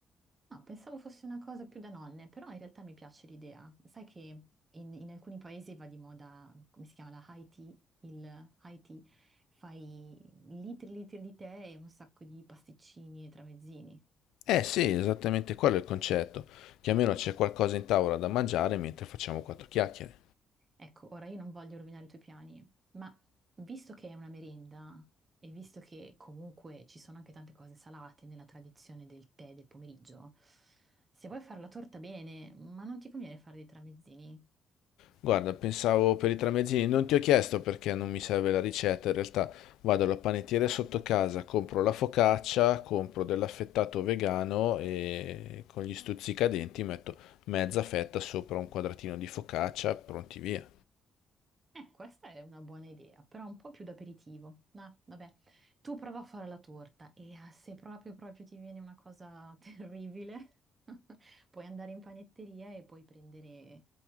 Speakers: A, on the right (about 30°); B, on the left (about 85°).
A: No, pensavo fosse una cosa più da nonne, però in realtà mi piace l'idea. Sai che in, in alcuni paesi va di moda, come si chiama, la high tea, il high tea, fai litri e litri di tè e un sacco di pasticcini e tramezzini.
B: Eh sì, esattamente quello è il concetto, che almeno c'è qualcosa in tavola da mangiare mentre facciamo quattro chiacchiere.
A: Ecco, ora io non voglio rovinare i tuoi piani, ma visto che è una merenda e visto che comunque ci sono anche tante cose salate nella tradizione del tè del pomeriggio, se vuoi fare la torta bene, ma non ti conviene fare dei tramezzini?
B: Guarda, pensavo per i tramezzini, non ti ho chiesto perché non mi serve la ricetta, in realtà vado alla panettiere sotto casa, compro la focaccia, compro dell'affettato vegano e con gli stuzzicadenti metto mezza fetta sopra un quadratino di focaccia, pronti via.
A: Eh, questa è una buona idea, però un po' più d'aperitivo. No, vabbè, tu prova a fare la torta e ah, se proprio proprio ti viene una cosa <laughs> terribile, <laughs> puoi andare in panetteria e puoi prendere